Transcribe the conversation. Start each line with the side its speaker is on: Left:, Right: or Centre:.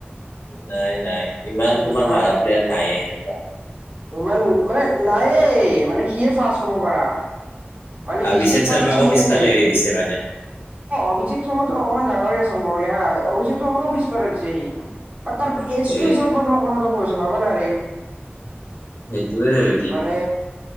Left: নাই নাই ইমান
Right: উম,
Left: তোমাৰ
Right: নাই
Left: মাৰা প্লেয়াৰ নাইে সেনেকুৱা।
Right: ইমান মানে নায়েই মানে সিয়ে ফাৰ্ষ্ট ক'ব পাৰা। মানে
Left: অভিষেক
Right: হিষ্ট্ৰিত ফাৰ্ষ্ট
Left: শৰ্মাকো
Right: সিয়ে
Left: পিছফালে
Right: আছে।
Left: এৰি দিছে মানে
Right: অভিষেক শৰ্মাটো অকনমান ডাঙৰে আছে ক'ব গ'লে হা অভিষেক শৰ্মাকো পিছ পেলাই দিছে সি। বা তাৰ এজটো
Left: তে
Right: হিচাপত মই তোমাক কথাটো কৈ আছো ভাবা না ৰে।
Left: সেইটোৱে।
Right: মানে